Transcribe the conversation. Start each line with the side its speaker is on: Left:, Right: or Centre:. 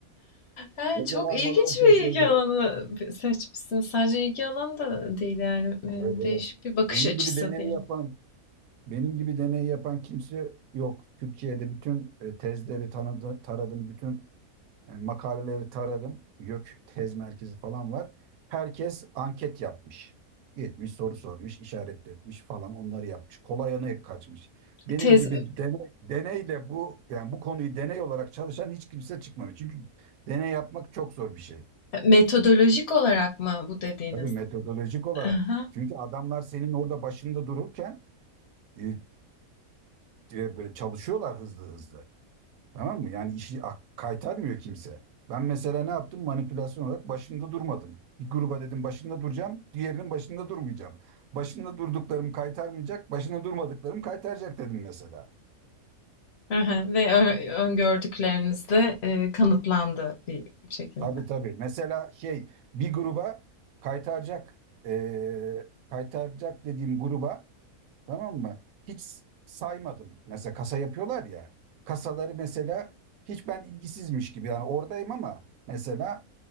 Left: He,
Right: Hocalar
Left: çok ilginç
Right: falan şaşırdı.
Left: bir ilgi alanı seçmişsin. Sadece ilgi alanı da değil yani e,
Right: Evet evet.
Left: değişik bir bakış
Right: Benim
Left: açısı
Right: gibi deney
Left: diyelim.
Right: yapan benim gibi deney yapan kimse yok. Türkiye'de bütün e, tezleri tanıdı, taradım, bütün Yani makaleleri taradım. YÖK tez merkezi falan var. Herkes anket yapmış. Gitmiş soru sormuş, işaret etmiş falan onları yapmış. Kolay yana kaçmış. Benim
Left: Tez
Right: gibi dene- deneyle bu yani bu konuyu deney olarak çalışan hiç kimse çıkmamış. Çünkü deney yapmak çok zor bir şey.
Left: metodolojik olarak mı bu dediğiniz?
Right: Tabii metodolojik olarak.
Left: Aha,
Right: Çünkü adamlar senin orada başında dururken e, e, böyle çalışıyorlar hızlı hızlı. Tamam mı? Yani işi ak- kaytarmıyor kimse. Ben mesela ne yaptım? Manipülasyon olarak başında durmadım. Bir gruba dedim başında duracağım, diğerinin başında durmayacağım. Başında durduklarım kaytarmayacak, başında durmadıklarım kaytaracak dedim mesela.
Left: aha. Ve ö- öngördükleriniz de e, kanıtlandı bir şekilde.
Right: Tabii tabii. Mesela şey bir gruba kaytaracak, eee, kaytaracak dediğim gruba Tamam mı? Hiç saymadım. Mesela kasa yapıyorlar ya. Kasaları mesela hiç ben ilgisizmiş gibi yani oradayım ama mesela